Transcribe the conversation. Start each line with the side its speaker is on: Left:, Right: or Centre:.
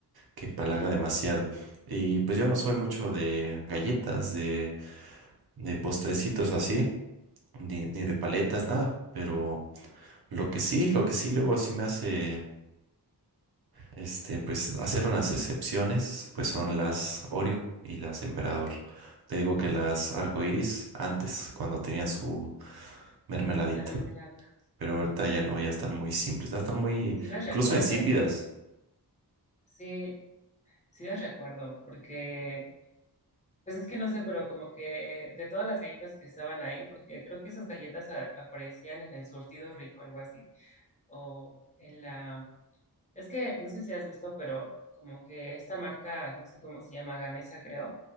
Right: que empalaga
Left: ajá,
Right: demasiado. Y pues yo no soy mucho de galletas, de, de postrecitos así, ni, ni de paletas, nada. Pero lo que sí, lo que sí luego sí me hace, este, pues hacer unas excepciones, pues son las Oreo y las Emperador. Te digo que las arcoíris antes, cuando tenían su mermeladita.
Left: la mermelada.
Right: pero ahorita ya no, ya están muy simples, ya están muy,
Left: Sí las
Right: incluso
Left: recuerdo,
Right: insípidas.
Left: sí, sí las recuerdo, porque, pues es que no sé, pero como que de todas las galletas que estaban ahí, porque creo que esas galletas a- aparecían en el surtido rico, algo así o en la... Es que no sé si has visto, pero como que esta marca, no sé cómo se llama, Gamesa creo,